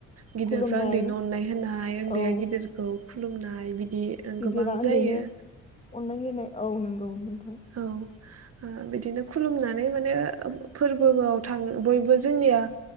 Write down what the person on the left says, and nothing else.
खुलुमनाय
औ
गिदिरा
उन्दैनो
अननाय होनाय औ नंगौ नोंथां